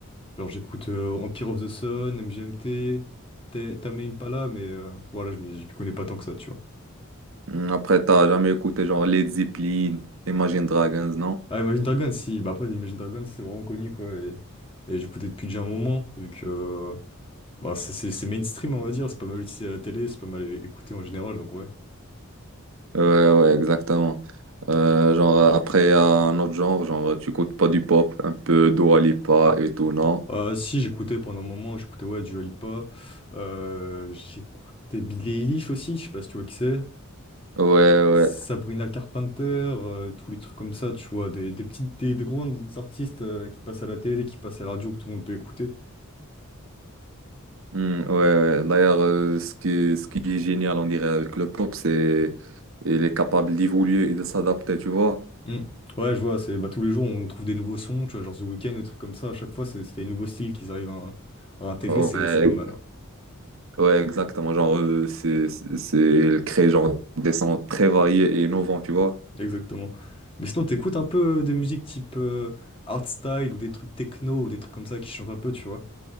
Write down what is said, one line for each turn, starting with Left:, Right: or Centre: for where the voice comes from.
Left: Genre, j'écoute euh, Empire of the Sun, MGMT, Te- Tame Impala, mais euh, voilà, je m'y je m'y connais pas tant que ça, tu vois.
Right: Hum, Après, t'as jamais écouté genre Led Zeppelin, Imagine Dragons, non?
Left: Ah, Imagine Dragons, si. Bah, après, Imagine Dragons, c'est vraiment connu, quoi. Et, et j'écoutais depuis déjà un moment, vu que euh, bah, c'est c'est- c'est mainstream, on va dire. C'est pas mal utilisé à la télé, c'est pas mal é- écouté en général, donc ouais.
Right: Ouais, ouais, exactement. Euh, genre, euh, après, il y a un autre genre, genre, tu écoutes pas du pop, un peu Dua Lipa et tout, non?
Left: Ah, si, j'écoutais pendant un moment, j'écoutais, ouais, Dua Lipa. euh, j'écoutais Billie Eilish aussi, je sais pas si tu vois qui c'est.
Right: Ouais, ouais.
Left: Sabrina Carpenter, euh, tous les trucs comme ça, tu vois, des, des petites, des, des grands artistes euh, qui passent à la télé, qui passent à la radio, que tout le monde peut écouter.
Right: Hum, ouais, ouais. D'ailleurs, euh, ce qui, ce qui est génial, on dirait, avec le pop, c'est il est capable d'évoluer et de s'adapter, tu vois?
Left: Mm. Ouais, je vois, c'est bah, tous les jours on trouve des nouveaux sons, tu vois, genre The Weeknd, des trucs comme ça, à chaque fois c'est c'est des nouveaux styles qu'ils arrivent à, à intégrer,
Right: Ouais,
Left: c'est c'est pas mal, hein.
Right: Ouais, exactement. Genre, euh, c'est, c'est, c'est- elle crée genre des sons très variés et innovants, tu vois.
Left: Exactement. Mais sinon, t'écoutes un peu euh, des musiques type euh, art style ou des trucs techno ou des trucs comme ça qui changent un peu, tu vois?